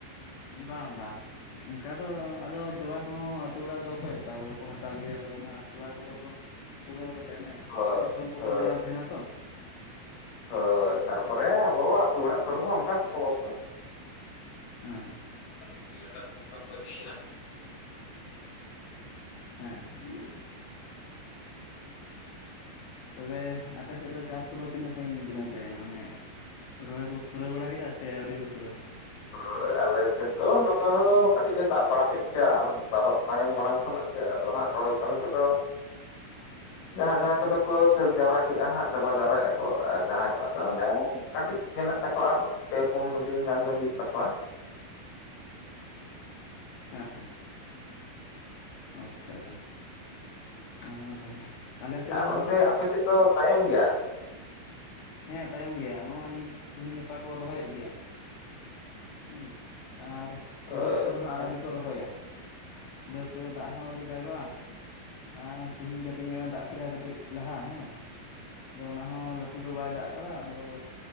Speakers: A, on the left; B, on the left.
A: ᱵᱟᱝ ᱵᱟᱝ ᱾ ᱩᱝᱠᱟ ᱫᱚ ᱟᱫᱚ ᱛᱚᱣᱟ ᱠᱚᱦᱚᱸ ᱟᱹᱛᱩ ᱚᱲᱟᱜ ᱨᱮᱫᱚ ᱚᱠᱚᱭ ᱦᱟᱛᱟᱣᱟ ᱵᱟᱠᱚ ᱦᱟᱛᱟᱣ ᱜᱮᱭᱟ ᱟᱫᱚ ᱚᱱᱟ ᱛᱚᱣᱟ ᱠᱚᱫᱚ ᱠᱚ ᱫᱩᱦᱟᱹᱣ ᱠᱟᱛᱮᱫ ᱚᱱᱮ
B: ᱦᱳᱭ
A: ᱜᱚᱛᱚᱢ ᱠᱚᱠᱚ
B: ᱦᱳᱭ
A: ᱵᱮᱱᱟᱣ ᱛᱟᱦᱮᱱᱟ ᱛᱚ ᱾
B: ᱦᱳᱭ ᱛᱟᱨᱯᱚᱨᱮ ᱟᱵᱚ ᱟᱛᱳ ᱚᱲᱟᱜ ᱠᱚᱨᱮ ᱦᱚᱸ ᱚᱝᱠᱟ <inaudible>
A: ᱦᱮᱸ ᱾
B: <unintelligible>
A: ᱦᱮᱸ <inaudible> ᱛᱚᱵᱮ ᱟᱯᱮ ᱥᱮᱜ ᱫᱚ ᱪᱟᱥ ᱠᱚᱫᱚ ᱛᱤᱱᱚᱜ ᱥᱟᱺᱜᱤᱧ ᱠᱮᱫᱟ ᱯᱮ ᱚᱱᱮ ᱨᱚᱦᱚᱭ ᱠᱚᱯᱮ ᱯᱩᱨᱟᱹᱣ ᱵᱟᱲᱟ ᱠᱮᱫᱟ ᱥᱮ ᱟᱹᱣᱨᱤ ᱯᱮ ᱯᱩᱨᱟᱹᱣᱟ?
B: ᱦᱳᱭ ᱟᱞᱮ ᱥᱮᱫ ᱫᱚ <inaudible> ᱠᱟᱹᱴᱤᱜ ᱮ ᱫᱟᱜ ᱵᱟᱲᱟ ᱠᱮᱫ ᱜᱮᱭᱟ ᱟᱢ ᱵᱟᱨᱚ ᱾ ᱛᱟᱭᱚᱢ ᱢᱟᱲᱟᱝ ᱠᱷᱚᱱᱟᱜ ᱜᱮ ᱟᱫᱚ ᱦᱟᱸᱜ ᱨᱚᱦᱚᱭ ᱠᱟᱹᱢᱤ ᱠᱚᱫᱚ ᱡᱟᱦᱟᱸ ᱡᱟᱦᱟᱸ ᱠᱚᱫᱚ ᱠᱚ ᱥᱟᱹᱛ ᱡᱟᱣᱨᱟ ᱠᱮᱜᱼᱟ ᱦᱟᱸᱜ ᱾ ᱪᱟᱵᱟ ᱡᱟᱣᱨᱟ ᱮᱜ-ᱟᱠᱚ ᱟᱨ ᱡᱟᱦᱟᱸᱭ ᱠᱚᱣᱟᱜ ᱫᱚ ᱦᱟᱱᱮ ᱠᱟᱹᱴᱤᱜ ᱢᱮᱱᱟᱜ ᱛᱟᱠᱚᱣᱟ ᱟᱨ ᱯᱮ ᱯᱳᱱ ᱫᱤᱱ ᱜᱟᱱ ᱫᱚ ᱦᱩᱭᱩᱜ ᱛᱟᱠᱚᱣᱟ ᱾
A: <unintelligible> ᱚ ᱟᱪᱪᱷᱟ ᱟᱪᱪᱷᱟ ᱚᱸ ᱵᱷᱟᱜᱮ ᱟᱞᱮ ᱥᱮᱫ
B: ᱟᱨ
A: ᱫᱚ
B: ᱚᱱᱛᱮ ᱟᱯᱮ ᱥᱮᱫ ᱫᱚ ᱛᱟᱭᱚᱢ ᱜᱮᱭᱟ?
A: ᱦᱮᱸ ᱛᱟᱭᱚᱢ ᱜᱮᱭᱟ ᱱᱚᱜᱼᱚᱭ ᱱᱤᱛ ᱛᱮᱦᱮᱧ ᱜᱟᱯᱟ ᱠᱚ ᱨᱚᱦᱚᱭᱮᱫ ᱜᱮᱭᱟ᱾ ᱩᱸ ᱟᱨ
B: ᱦᱳᱭ
A: ᱵᱟᱹᱫ ᱠᱚᱫᱚ ᱦᱟᱸᱜ
B: ᱟᱪᱪᱷᱟ
A: ᱟᱹᱣᱨᱤ ᱠᱚ ᱨᱚᱦᱚᱭ-ᱟ ᱾ ᱵᱟᱹᱫ ᱠᱚᱫᱚ ᱫᱟᱜ ᱦᱚᱸ ᱟᱣᱨᱤ ᱫᱟᱜᱚᱜᱼᱟ᱾ ᱟ ᱛᱮᱦᱮᱧ ᱠᱟᱹᱴᱤᱜ ᱧᱚᱜ ᱮ ᱫᱟᱜ ᱠᱮᱫᱟ ᱠᱟᱹᱴᱤᱜ ᱞᱟᱦᱟ ᱦᱮᱸ᱾ ᱟᱫᱚ ᱚᱱᱟ ᱦᱚᱸ ᱞᱟᱹᱴᱩ ᱫᱚ ᱵᱟᱭ ᱫᱟᱜ ᱠᱟᱫᱟ ᱟᱫᱚ